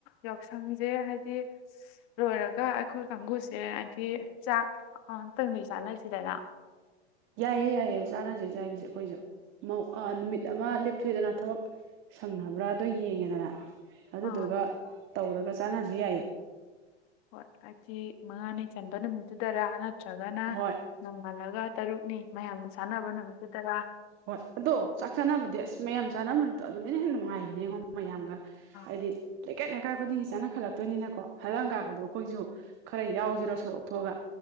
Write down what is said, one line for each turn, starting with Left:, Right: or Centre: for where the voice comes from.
Left: ꯌꯥꯎꯁꯪꯁꯦ ꯍꯥꯏꯗꯤ-ꯁꯤ-ꯂꯣꯏꯔꯒ ꯀ ꯑꯩꯈꯣꯏ ꯀꯥꯡꯒꯨꯁꯦ ꯍꯥꯏꯗꯤ ꯆꯥꯛ ꯑꯇꯪꯗꯤ ꯆꯥꯅꯁꯤꯗꯅ꯫
Right: ꯌꯥꯏꯌꯦ-ꯌꯥꯏꯌꯦ-ꯆꯥꯅꯁꯦ ꯆꯥꯥꯅꯁꯦ ꯑꯩꯈꯣꯏꯁꯨ ꯃꯧ-ꯑ-ꯅꯨꯃꯤꯠ ꯑꯃ ꯂꯦꯞꯊꯣꯛꯑꯦꯗꯅ ꯊꯕꯛ ꯁꯝꯅꯕ꯭ꯔꯥ ꯑꯗꯣ ꯌꯦꯡꯉꯦꯗꯅ ꯑꯗꯨꯗꯨꯒ
Left: ꯑꯥ
Right: ꯇꯧꯔꯒ ꯆꯥꯟꯅꯔꯁꯨ ꯌꯥꯏꯌꯦ꯫
Left: ꯍꯣꯏ ꯍꯥꯏꯗꯤ ꯃꯉꯥꯅꯤ ꯆꯟꯕ ꯅꯨꯃꯤꯠꯇꯨꯗꯔꯥ ꯅꯠꯇ꯭ꯔꯒꯅ
Right: ꯍꯣꯏ
Left: ꯅꯣꯡꯉꯥꯜꯂꯒ ꯇꯔꯨꯛꯅꯤ ꯃꯌꯥꯝꯅ ꯆꯥꯟꯅꯕ ꯅꯨꯃꯤꯠꯇꯨꯗ꯭ꯔꯥ?
Right: ꯍꯣꯏ ꯑꯗꯣ ꯆꯥꯛ ꯆꯥꯅꯕꯗꯤ ꯑꯁ ꯃꯌꯥꯝ ꯆꯥꯅꯕ ꯅꯨꯃꯤꯗꯣ ꯑꯗꯨꯗꯅ ꯍꯦꯟꯅ ꯅꯨꯡꯉꯥꯏꯕꯅꯦꯉꯣ ꯃꯌꯥꯝꯒ꯫
Left: ꯑꯥ
Right: ꯍꯥꯏꯗꯤ ꯂꯩꯀꯥꯏ-ꯂꯩꯀꯥꯏ ꯈꯨꯗꯤꯡꯒꯤ ꯆꯥꯅꯈꯠꯂꯛꯇꯣꯏꯅꯤꯅꯀꯣ ꯍꯜꯂꯪꯀꯀꯗꯣ ꯑꯩꯈꯣꯏꯁꯨ ꯈꯔ ꯌꯥꯎꯁꯤꯔꯣ ꯁꯣꯔꯣꯛꯊꯣꯛꯑꯒ